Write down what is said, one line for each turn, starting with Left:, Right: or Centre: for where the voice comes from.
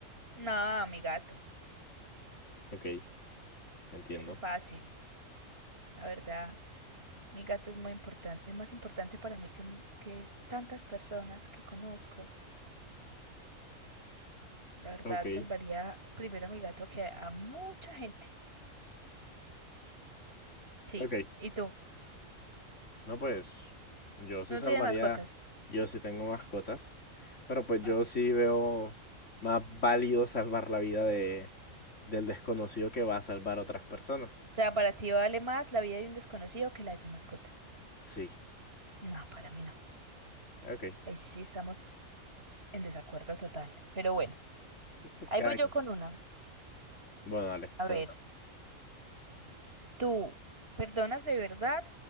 Right: No, mi gato.
Left: Ok, entiendo.
Right: es fácil, la verdad. Mi gato es muy importante, es más importante para mí que, m- que tantas personas que conozco. La verdad,
Left: Ok,
Right: salvaría primero a mi gato que a mucha gente. Sí,
Left: ok.
Right: ¿y tú?
Left: No, pues yo sí
Right: ¿No
Left: salvaría,
Right: tienes mascotas?
Left: yo sí tengo mascotas, pero pues yo
Right: Ah.
Left: sí veo más válido salvar la vida de, del desconocido que va a salvar a otras personas.
Right: O sea, para ti vale más la vida de un desconocido que la de tu mascota.
Left: Sí,
Right: No, para mí no.
Left: ok.
Right: Ahí sí estamos en desacuerdo total. Pero bueno,
Left: Sí,
Right: Ahí
Left: cada
Right: voy yo
Left: quien.
Right: con una.
Left: Bueno, dale,
Right: A
Left: comenta.
Right: ver. ¿Tú perdonas de verdad